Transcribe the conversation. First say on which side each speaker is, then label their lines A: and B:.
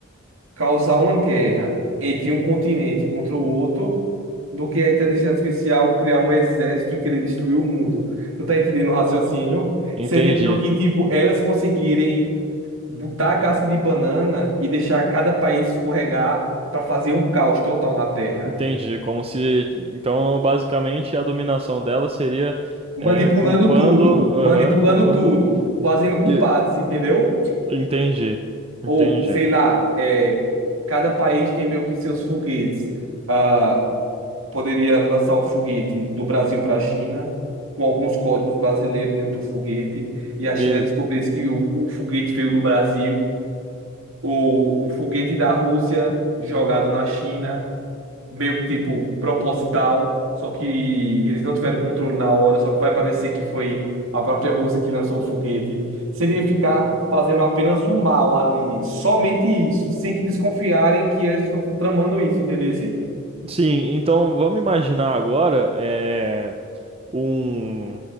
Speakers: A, on the right (about 65°); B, on the right (about 25°).
A: causar uma guerra entre um continente contra o outro do que a inteligência artificial criar um exército e querer destruir o mundo. Tu tá entendendo o raciocínio?
B: Entendi.
A: Seria meio que, tipo, elas conseguirem botar a casca de banana e deixar cada país escorregar para fazer um caos total na Terra.
B: Entendi. Como se. Então, basicamente, a dominação dela seria
A: Manipulando
B: é, culpando.
A: tudo,
B: Aham,
A: manipulando
B: culpando.
A: tudo, fazendo culpados,
B: e-
A: entendeu?
B: Entendi.
A: Ou,
B: Entendi.
A: sei lá, é, cada país tem meio que seus foguetes. ah poderia lançar um foguete do Brasil para a China, com alguns códigos brasileiros dentro do foguete, e a
B: Be-
A: China descobrisse que o, o foguete veio do Brasil, ou um foguete da Rússia jogado na China, meio que tipo proposital, só que eles não tiveram controle na hora, só que vai parecer que foi a própria Rússia que lançou o foguete. Seria ficar fazendo apenas o mal ali, somente isso, sem que desconfiarem que eles estão tramando isso, entendeu?
B: Sim, então vamos imaginar agora. eh, um,